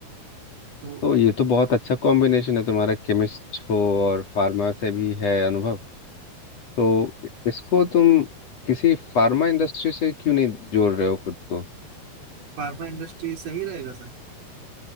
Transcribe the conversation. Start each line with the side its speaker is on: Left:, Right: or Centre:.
Right: तो
Left: तो ये तो बहुत अच्छा कॉम्बिनेशन है तुम्हारा केमिस्ट हो और फार्मा से भी है अनुभव तो इसको तुम किसी फार्मा इंडस्ट्री से क्यों नहीं जोड़ रहे हो खुद को
Right: फार्मा इंडस्ट्री सही रहेगा सर